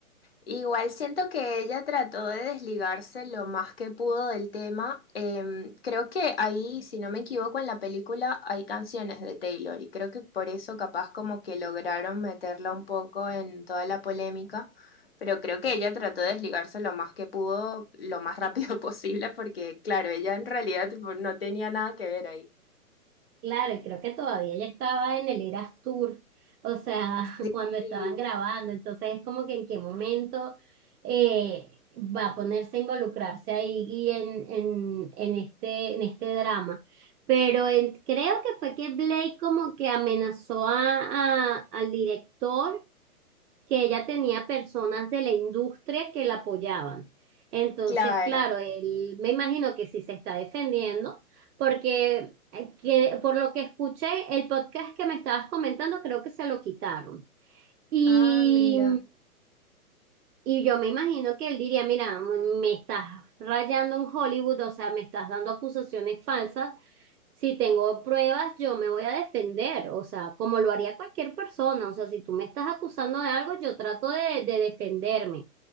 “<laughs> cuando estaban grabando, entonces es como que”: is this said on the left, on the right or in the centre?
Right